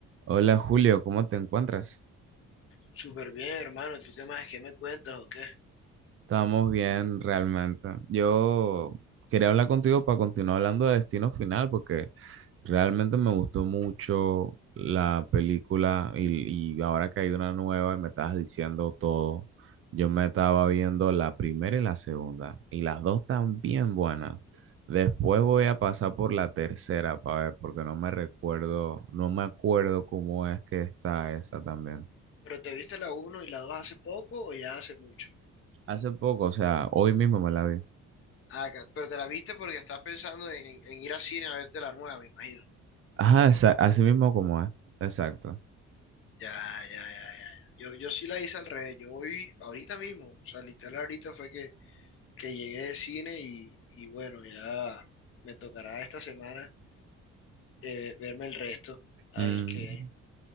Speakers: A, on the right; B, on the left.
A: Hola Julio, ¿cómo te encuentras?
B: Súper bien, hermano. ¿Tú qué más? ¿Qué me cuentas o qué?
A: Estamos bien realmente. Yo quería hablar contigo para continuar hablando de Destino Final porque realmente me gustó mucho la película y, y ahora que hay una nueva y me estabas diciendo todo, yo me estaba viendo la primera y la segunda y las dos están bien buenas. Después voy a pasar por la tercera para ver porque no me recuerdo, no me acuerdo cómo es que está esa también.
B: ¿Pero te viste la uno y la 2 hace poco o ya hace mucho?
A: Hace poco, o sea, hoy mismo me la vi.
B: Ah, ca- pero te la viste porque estás pensando en, en ir a cine a verte la nueva, me imagino.
A: Ajá, esa- así mismo como es. Exacto.
B: Ya, ya, ya, ya. Yo, yo sí la hice al revés. Yo hoy, ahorita mismo, o sea, literal ahorita fue que, que llegué de cine y, y bueno, ya me tocará esta semana eh, verme el resto, a
A: Mm,
B: ver qué.